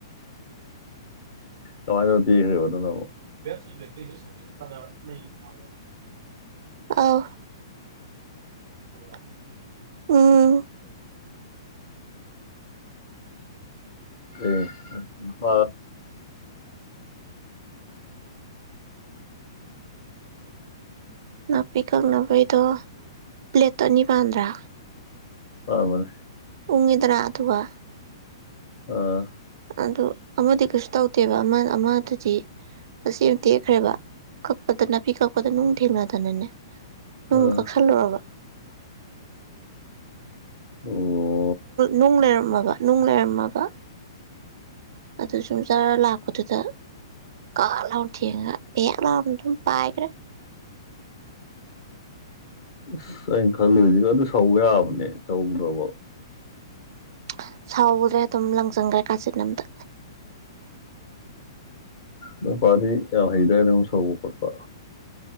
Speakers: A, on the left; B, on the right.
A: ꯑꯔ ꯋꯥ ꯊꯕꯗꯨ ꯅ
B: ꯎꯝ
A: ꯑꯦ ꯍ
B: ꯅꯥꯄꯤ ꯀꯛ ꯕꯤꯩꯗ ꯄ꯭ꯂꯦꯠꯠꯇꯅꯤꯄꯥꯟꯗ꯭ꯔꯥ
A: ꯑ ꯃꯥꯅꯦ
B: ꯄꯨꯡ ꯏꯗꯔꯥ ꯑꯊ
A: ꯑꯥ
B: ꯑꯗꯨ ꯑꯃꯗꯤ ꯀꯩꯁꯨ ꯇꯧꯗꯦꯕ ꯑꯃ ꯑꯃꯗꯨꯗꯤ ꯃꯁꯤ ꯑꯃ ꯇꯦꯛꯈ꯭ꯔꯦꯕ ꯀꯛꯄꯗ ꯅꯥꯄꯤ ꯀꯛꯄꯗ ꯅꯨꯡ ꯊꯦꯡꯅꯗꯅꯅꯦ ꯅꯪ
A: ꯑꯥ
B: ꯀꯛꯁꯜꯂꯨꯔꯕ
A: ꯑꯣ
B: ꯅꯨꯡ ꯂꯩꯔꯝꯃꯕ ꯅꯨꯡ ꯂꯩꯔꯝꯃꯕ ꯑꯗꯨ ꯁ ꯖꯥꯔ ꯂꯥꯛꯄꯗꯨꯗ ꯀꯥ ꯂꯥꯎꯅ ꯊꯦꯡꯉꯒ ꯍ ꯂꯥꯎꯅ ꯑꯗꯨꯝ ꯄꯥꯏꯈ꯭ꯔꯦ
A: ꯑꯁ ꯑꯩꯅ ꯈꯜꯂꯨꯁꯤꯒ ꯑꯗꯨ ꯁꯧꯕ ꯌꯥꯕꯅꯦ ꯁꯧꯈ꯭ꯔꯕ
B: <unintelligible> ꯁꯥꯎꯕꯗ꯭ꯔꯦ ꯑꯗꯨꯝ ꯂꯪꯖꯪꯈ꯭ꯔꯦ ꯀꯥꯆꯤꯟꯠ ꯅꯝꯗ
A: ꯃꯄꯥꯅꯤ ꯌꯥꯝ ꯍꯩꯔ꯭ꯔꯦ ꯅꯨꯛ ꯁꯧꯕ ꯈꯣꯠꯄ